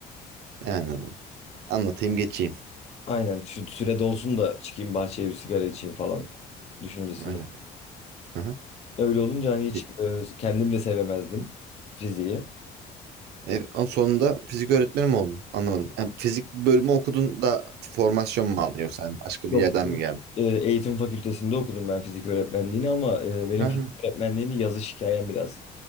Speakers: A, on the right (about 75°); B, on the left (about 40°).
A: E, Anladım. Anlatayım geçeyim.
B: Aynen şu süre dolsun da çıkayım bahçeye bir sigara içeyim falan düşüncesinde.
A: Evet. Hı hı.
B: Öyle olunca hani hiç
A: E,
B: e, kendim de sevemezdim fiziği.
A: e, sonunda fizik öğretmeni mi oldun? Anlamadım. E, fizik bölümü okudun da formasyon mu aldın yoksa hani başka
B: Yok.
A: bir yerden mi geldin?
B: E, eğitim fakültesinde okudum ben fizik öğretmenliğini ama e, benim
A: Hı hı.
B: fizik öğretmenliğini yazış hikayem biraz